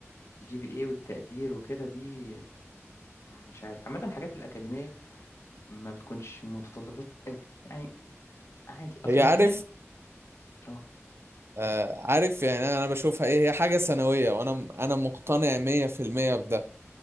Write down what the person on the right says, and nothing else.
هي
عارف
آه، عارف يعني انا أنا بشوفها ايه هي حاجه سنويه وانا انا مقتنع 100% بده